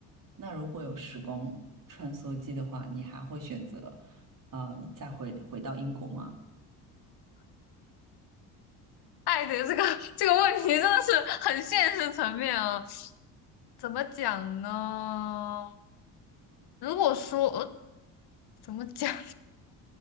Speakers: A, on the right; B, on the left.
A: 那如果有时光穿梭机的话，你还会选择，呃，再回回到英国吗？
B: 爱的这个 <laughs> 这个问题真的是很现实层面啊，怎么讲呢？如果说，呃，怎么讲？